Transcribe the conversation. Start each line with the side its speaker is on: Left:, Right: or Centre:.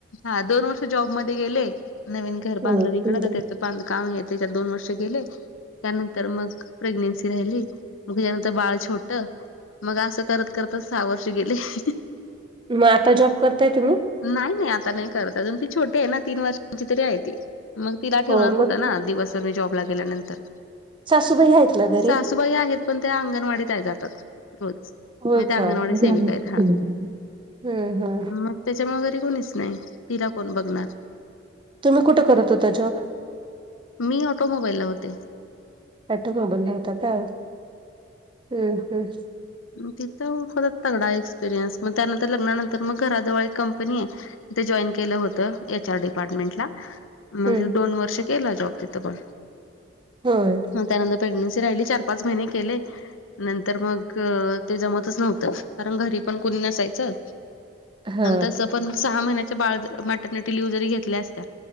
Left: हा दोन वर्ष जॉबमध्ये गेले, नवीन घर
Right: हम्म.
Left: बांधलं तिकडं तर त्याचं बांधकाम हेत त्याच्यात दोन वर्ष गेले त्यानंतर मग प्रेग्नेन्सी राहिली, मग त्यानंतर बाळ छोटं मग असं करत करतच सहा वर्ष गेले एह्हह
Right: मग आता जॉब करताय तुम्ही?
Left: नाही नाही आता नाही करत, अजून ती छोटी आहे ना तीन वर्षांची तरी आहे ती मग. तिला
Right: होय
Left: ठेवणार कुठं
Right: मग
Left: ना दिवसभर मी जॉबला गेल्यानंतर?
Right: सासूबाई आहेत ना ग?
Left: सासूबाई आहेत पण त्या अंगणवाडीत आहे जातात रोज.
Right: हो
Left: मी त्या
Right: का?
Left: अंगणवाडी
Right: हम्म
Left: सेविका आहेत हा
Right: हम्म.
Left: मग त्याच्यामुळे घरी कोणीच नाही तिला कोण बघणार?
Right: तुम्ही कुठं करत होता जॉब?
Left: मी ऑटोमोबाईलला होते.
Right: ऑटोमोबाईलला होता का? हम्म हम्म.
Left: तिथं <unintelligible> तगडा एक्सपिरियन्स, मग त्यानंतर लग्नानंतर मग घराजवळ एक कंपनी आहे. तिथे जॉईन केलं होतं, एच आर डिपार्टमेंटला.
Right: हम्म
Left: म्हणजे दोन वर्ष केला जॉब तिथं पण
Right: होय
Left: मग त्यानं प्रेग्नेन्सी राहिली चार पाच महिने केले, नंतर मग ते जमतचं नव्हतं कारण घरी पण कुणी नसायचं
Right: हा
Left: आणि तसं पण सहा महिन्याच्या बाळ मटर्निटी लिव्ह जरी घेतल्या असत्या